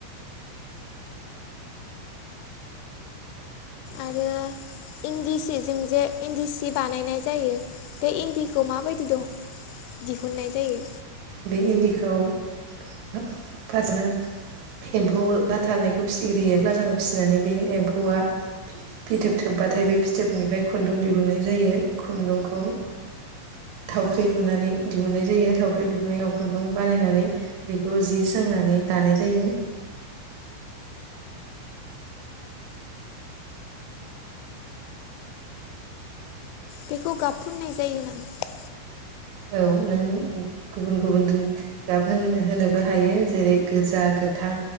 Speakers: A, on the left; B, on the right.
A: आरो इन्दि सिजों जे इन्दि सि बानायनाय जायो बे इन्दिखौ माबायदि दह दिहुननाय जायो
B: बे इन्दिखौ फा फासावनो एम्फौ बाथा होननायखौ फिसिग्रोयो लाथाखौ फिसिनानै बे एम्फौआ फिथोब थोबबाथाय बे फिथोबनिफ्राय खुन्दुं दिहुननाय जायो खुन्दुंखौ थावख्रि लुनानै दिहुननाय जायो थावख्रि लुख खुन्दुं बानायनानै बेखौ जि सोंनानै दानाय जायो
A: बेखौ गाबफुननाय जायो नामा?
B: औ नों गुबुन गुबुन गाब होन होनोबो हायो जेरै गोजा गोथां